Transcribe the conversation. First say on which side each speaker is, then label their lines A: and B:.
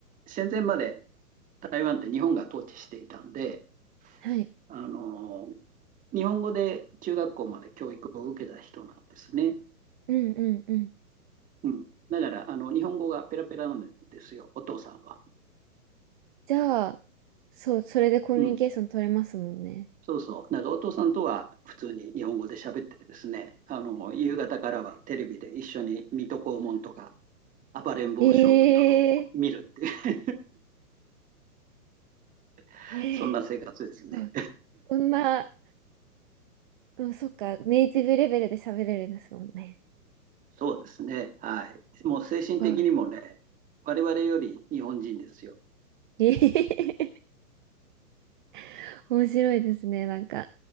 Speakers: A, on the right; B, on the right.
A: 戦前まで台湾って日本が統治していたんで、
B: はい。
A: あの、日本語で中学校まで教育を受けた人なんですね。
B: うんうんうん。
A: うん。だから、あの、日本語がペラペラなんですよ、お父さんは。
B: じゃあ、そう、それでコミュニケーション取れますもんね。
A: うん。そうそう。なんかお父さんとは普通に日本語で喋ってですね、あの、夕方からはテレビで一緒に水戸黄門とか、暴れん坊将軍とかを見るっていう、
B: ええ
A: <laughs>
B: ええ
A: そんな生活ですね。
B: あこんな、うんそっか、ネイティブレベルで喋れるんですもんね。
A: そうですね。はい。もう精神的にもね、
B: すごい。
A: 我々より日本人ですよ。
B: ええ <laughs> 面白いですね、なんか。